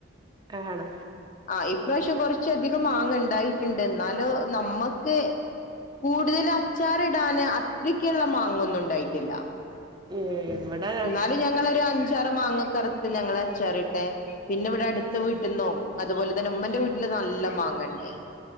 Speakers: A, on the right; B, on the left.
A: ആണ്
B: ആഹ് ഇപ്രാവശ്യം കൊറച്ചധികം മാങ്ങ ഇണ്ടായിറ്റ്ണ്ട് ന്നാലും നമ്മക്ക്. കൂടുതല് അച്ചാറിടാന് അത്രയ്ക്ക്ള്ള മാങ്ങൊന്നും ഇണ്ടായിട്ടില്ല.
A: ഏഹ് ഇവ്ടെ
B: ഇന്നാലും ഞങ്ങളൊരു അഞ്ചാറ് മാങ്ങക്കെ അറ്ത്ത് ഞങ്ങള് അച്ചാറിട്ട് പിന്നെ ഇവ്ടെ അട്ത്ത വീട്ട്ന്നും അത്പോലെ തന്നെ മ്മന്റെ വീട്ട്ല് നല്ല മാങ്ങണ്ട്.